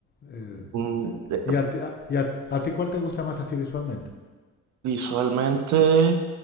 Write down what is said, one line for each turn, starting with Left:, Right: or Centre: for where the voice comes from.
Left: Eh,
Right: Mm, eh,
Left: ¿y a ti, a- y a- a ti cuál te gusta más así visualmente?
Right: Visualmente,